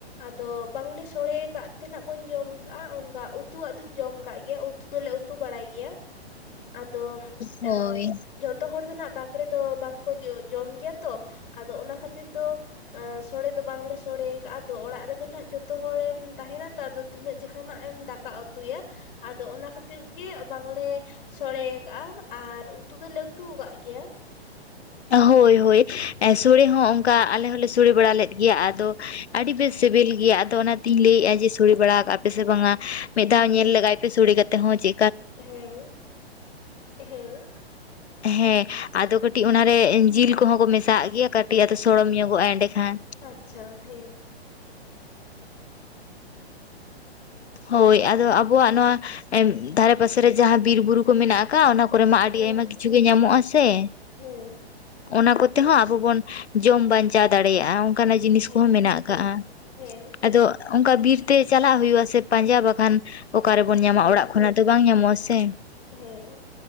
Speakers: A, on the left; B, on the left.
A: ᱟᱫᱚ ᱵᱟᱝᱞᱮ ᱥᱚᱲᱮ ᱠᱟᱫ ᱛᱮ ᱱᱟᱜ ᱵᱟᱹᱧ ᱡᱚᱢ ᱟ ᱚᱱᱠᱟ ᱩᱛᱩᱣᱟᱜ ᱫᱚᱧ ᱡᱚᱢ ᱠᱟᱜ ᱜᱮᱭᱟ, ᱩᱛᱩ ᱫᱚᱞᱮ ᱩᱛᱩ ᱵᱟᱲᱟᱭ ᱜᱮᱭᱟ᱾ ᱟᱫᱚ
B: ᱦᱳᱭ
A: ᱮ ᱡᱷᱚᱛᱚ ᱦᱚᱲ ᱫᱚ ᱱᱟᱜ, ᱵᱟᱠᱲᱮ ᱫᱚ ᱵᱟᱝᱠᱚ ᱡᱚᱢ ᱜᱮᱭᱟ ᱛᱚ, ᱟᱫᱚ ᱚᱱᱟ ᱠᱷᱟᱹᱛᱤᱨ ᱫᱚ ᱥᱚᱲᱮ ᱫᱚ ᱵᱟᱝᱞᱮ ᱥᱚᱲᱮ ᱠᱟᱜᱼᱟ, ᱟᱫᱚ ᱚᱲᱟᱜ ᱨᱮ ᱟᱫᱚ ᱡᱷᱚᱛᱚ ᱦᱚᱲᱮᱢ ᱛᱟᱦᱮᱱᱟ ᱛᱚ, ᱟᱫᱚ ᱛᱤᱱᱟᱹᱜ ᱡᱚᱠᱷᱟᱱᱟ ᱮᱢ ᱫᱟᱠᱟ ᱩᱛᱩᱭᱟ᱾ ᱟᱫᱚ ᱚᱱᱟ ᱠᱷᱟᱹᱛᱤᱨ ᱜᱮ ᱵᱟᱝᱞᱮ ᱥᱳᱲᱮ ᱟᱠᱟᱜᱼᱟ, ᱟᱨ ᱩᱛᱩ ᱫᱚᱞᱮ ᱩᱛᱩ ᱟᱠᱟᱫ ᱜᱮᱭᱟ᱾
B: ᱦᱳᱭ ᱦᱳᱭ ᱥᱚᱲᱮ ᱦᱚᱸ ᱚᱱᱠᱟ ᱟᱞᱮ ᱦᱚᱸᱞᱮ ᱥᱚᱲᱮ ᱵᱟᱲᱟ ᱞᱮᱫ ᱜᱮᱭᱟ, ᱟᱫᱚ ᱟᱹᱰᱤ ᱵᱮᱥ ᱥᱮᱵᱮᱞ ᱜᱮᱭᱟ, ᱟᱫᱚ ᱚᱱᱟᱛᱤᱧ ᱞᱟᱹᱭᱮᱫᱼᱟ ᱡᱮ, ᱥᱚᱲᱮ ᱵᱟᱲᱟ ᱠᱟᱜ ᱯᱮ ᱥᱮ ᱵᱟᱝᱟ, ᱢᱤᱫ ᱫᱷᱟᱣ
A: ᱟᱪᱪᱷᱟ
B: ᱧᱮᱞ ᱞᱮᱜᱟᱣ ᱥᱳᱲᱮ ᱠᱟᱛᱮ ᱦᱚ ᱪᱮ
A: ᱦᱮᱸ, ᱦᱮᱸ
B: ᱦᱮᱸ, ᱟᱫᱚ ᱠᱟᱹᱴᱤᱡ ᱚᱱᱟᱨᱮ ᱡᱤᱞ ᱠᱚᱦᱚᱸ ᱠᱚ ᱢᱮᱥᱟᱜ ᱟ ᱜᱮᱭᱟ, ᱠᱟᱹᱴᱤᱡ ᱟᱫᱚ ᱥᱚᱲᱚᱢ ᱧᱚᱜᱚᱜᱼᱟ ᱮᱸᱰᱮ ᱠᱷᱟᱱ᱾
A: ᱟᱪᱪᱷᱟ ᱦᱮᱸ,
B: ᱦᱳᱭ, ᱟᱫᱚ ᱭᱟᱜ ᱱᱚᱣᱟ ᱮ ᱫᱷᱟᱨᱮ ᱯᱟᱥᱮᱨᱮ ᱡᱟᱦᱟᱸ ᱵᱤᱨ ᱵᱩᱨᱩ ᱠᱚ ᱢᱮᱱᱟ ᱠᱚᱼᱟ ᱚᱱᱟ ᱠᱚᱨᱮᱢᱟ ᱟᱹᱰᱤ
A: ᱦᱮᱸ
B: ᱟᱭᱢᱟ ᱠᱤᱪᱷᱩ ᱜᱮ ᱧᱟᱢᱚᱼᱟᱥᱮ᱾
A: ᱦᱮᱸ
B: ᱚᱱᱟ ᱠᱚᱛᱮ ᱦᱚᱸ ᱟᱵᱚ ᱵᱚᱱ, ᱡᱚᱢ ᱵᱟᱧᱪᱟᱣ ᱫᱟᱲᱮᱭᱟᱜ-ᱟ ᱾ ᱚᱱᱠᱟᱱᱟᱜ ᱡᱤᱱᱤᱥ
A: ᱦᱮᱸ
B: ᱠᱚᱦᱚᱸ ᱢᱮᱱᱟᱜ ᱟᱠᱟᱜ-ᱟ,
A: ᱦᱮᱸ
B: ᱟᱫᱚ ᱚᱱᱠᱟ ᱵᱤᱨ ᱛᱮ ᱪᱟᱞᱟᱜ ᱦᱩᱭᱩᱜ-ᱟ ᱥᱮ ᱾ ᱯᱟᱸᱡᱟ ᱵᱟᱠᱷᱟᱱ ᱚᱠᱟᱨᱮᱵᱚᱱ ᱧᱟᱢᱟ,
A: ᱦᱮᱸ
B: ᱚᱲᱟᱜ ᱠᱷᱚᱱᱟᱜ ᱫᱚ ᱵᱟᱝ ᱧᱟᱢᱚᱜ-ᱟ ᱥᱮ ᱾
A: ᱦᱮᱸ,